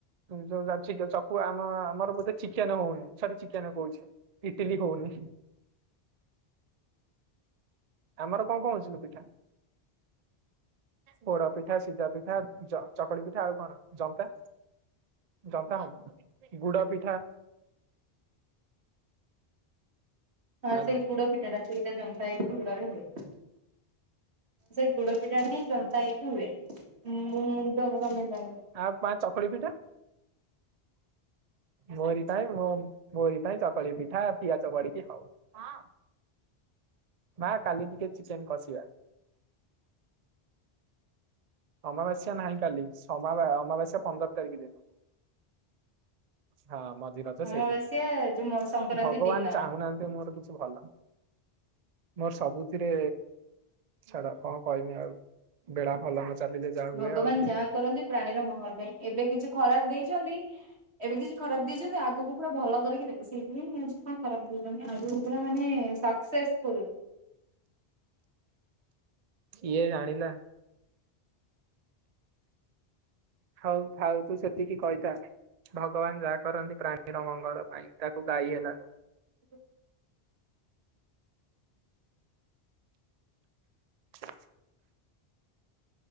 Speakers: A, on the right; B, on the right.
A: ଯୋଉ ଚକ ଆମ ଆମର ବୋଧେ ଚିକେନଜ ହଉନି ସରି ଚିକେନ କହୁଛି ଇଟିଲି ହଉନି। ଆମର କଣ କଣ ହ ପିଠା ପୋଡ ପିଠା ସିଝା ପିଠା ଚକୁଳି ପିଠା ଆଉ କଣ ଜନ୍ତା ଜନ୍ତା ହ ଗୁଡ ପିଠା।
B: ହଁ
A: ହାଲୋ
B: ସେଇ ଗୁଡ ପିଠା ଟା ସେଇଟା ଜନ୍ତା ହେଇକି ଗୁଡରେ ହୁଏ, ସେଇ ଗୁଡ ପିଠାଟା ହିଁ ଜନ୍ତା ହେଇକି ହୁଏ, ମୁଣ୍ଡ ଗରମ ହେଲା।
A: ଆଉ ମା ଚକୁଳି ପିଠା ମୋରି ପାଇଁ ମୋରି ତାଇ ଚକଳି ପିଠା ପିଆ ଚ ପଡି କି ଖବ ମା କାଲି ଟିକେ ଚିକେନ କଷିବା। ଅମାବାସ୍ୟା ନାହିଁ କାଲି ଅମାବାସ୍ୟା ପନ୍ଦର ତାରିଖ ଦିନ ହଁ ମ। ରଛ
B: ଅମାବାସ୍ୟା
A: ସେଇଦିନ
B: ଯୋଉ ସଂକ୍ରାନ୍ତି
A: ଭଗବାନ
B: ଦିନ।
A: ଚାହୁଁନାହାନ୍ତି ମୋର କିଛି ଭଲ। ମୋର ସବୁଥିରେ ଛଡା କଣ କହିବି ଆଉ ବେଳା ଭଲ ନ ଚାଲିଲେ ଯାହା ହୁଏ
B: ଭଗବାନ
A: ଆଉ
B: ଯାହା କରନ୍ତି ପ୍ରାଣୀର ମଙ୍ଗଳ ପାଇଁ। ଏବେ କିଛି ଖରାପ ଦେଇଛନ୍ତି ଏବେ କିଛି ଖରାପ ଦେଇଛନ୍ତି ଆଗକୁ ପୁରା ଭଲ କରିକି ଦେବେ ସେଇଥିାଇଁ କଣ ଖରାପ ଦଉଛନ୍ତି ଆଗକୁ ପୁରା ମାନେ ସକ୍ସେସଫୁଲ
A: ଇଏ ଜାଣିିଲ ହଉ ଥାଉ ତୁ ସେତିକି କହିଥା ଭଗବାନ ଯାହା କରନ୍ତି ପ୍ରାଣୀର ମଙ୍ଗଳ ପାଇଁ ତାକୁ ଗାଇ ହେଲାନ
B: <unintelligible>
A: <unintelligible>